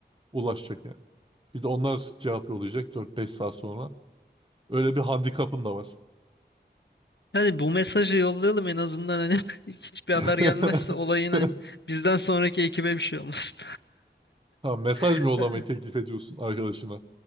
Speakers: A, on the right; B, on the left.
A: Ulaşacak yani. Bir de onlar cevap yollayacak 4-5 saat sonra. Öyle bir handikapın da var.
B: Hani bu mesajı yollayalım en azından hani <laughs> hiçbir
A: <laughs>
B: haber gelmezse olayın hani bizden sonraki ekibe bir şey olmasın.
A: Ha, mesaj
B: <laughs>
A: mı yollamayı teklif ediyorsun arkadaşına?